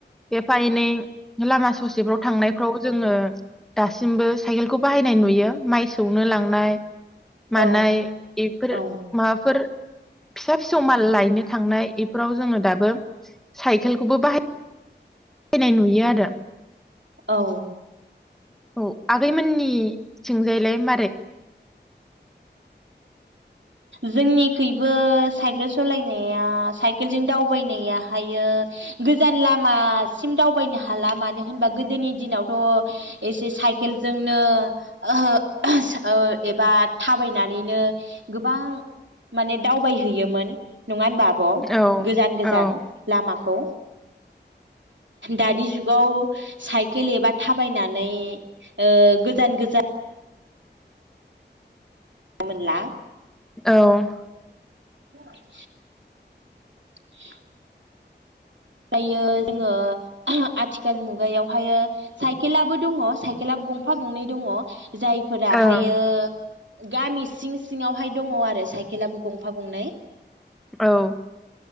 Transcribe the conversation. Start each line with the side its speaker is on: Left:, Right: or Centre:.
Centre: एफा एनै लामा ससेफ्राव थांनायफ्राव जोङो दासिमबो साइकेलखौ बाहायनाय नुयो माइ सौनो लांनाय
Right: औ
Centre: मानाय इफोर
Right: औ
Centre: माबाफोर फिसा फिसौ माल लायनो थांनाय इफोराव जोङो दाबो साइकेलखौबो बाहायनाय नुयो आरो
Right: औ
Centre: औ आगैमोननि थिंजायलाय मारै?
Right: जोंनिखैबो साइकेल सालायनाया साइकेलजों दावबायनायाहायो गोजान लामासिम दावबायनो हाला मानो होनबा गोदोनि दिनावथ' एसे साइकेलजोंनो अह अस अ एबा थाबायनानैनो गो- गोबां माने दावबायहैयोमोन नङा होनबा? अ
Centre: औ
Right: गोजान गोजान
Centre: औ
Right: लामाखौ दानि जुगाव साइकेल एबा थाबायनानै अ गोजान-गोजान मोनला
Centre: औ
Right: औ <inaudible> <inaudible> फ्रायो जोङो आथिखाल मुगायावहायो साइकेलाबो दङ साइकेला गंफा गंनै दङ जायफोराहायो
Centre: ओं
Right: गामि सिं सिङावहाय दङ आरो साइकेलाबो गंफा गंनै
Centre: औ